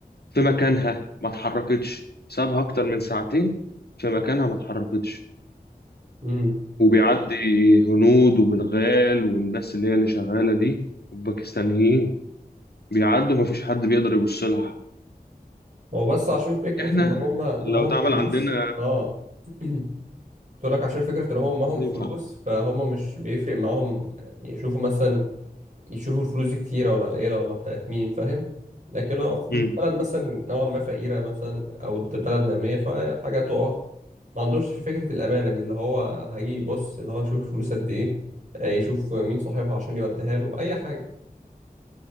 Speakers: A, on the left; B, on the right.
A: في مكانها ما اتحركتش سابها أكتر من ساعتين في مكانها ما اتحركتش
B: امم
A: وبيعدي هنود وبنغال والناس اللي هي اللي شغالة دي والباكستانيين بيعدوا مفيش حد بيقدر يبص لها حتى.
B: هو بس عشان فكره
A: احنا
B: ان هم معاهم
A: لو اتعمل
B: فلوس
A: عندنا
B: اه <clears throat> قلت لك عشان فكره ان هم
A: مش
B: معاهم
A: هتنفع
B: فلوس فهم مش بيفرق معاهم يشوفوا مثلا يشوفوا الفلوس دي كتيره ولا قليله ولا بتاعت مين فاهم لكن لو في
A: مم.
B: بلد مثلا نوعا ما فقيره مثلا او بلد ناميه فحاجه تقع ما عندوش فكرة الأمانة دي اللي هو هيجي يبص اللي هو يشوف الفلوس قد إيه آه، يشوف مين صاحبها عشان يوديها له أي حاجة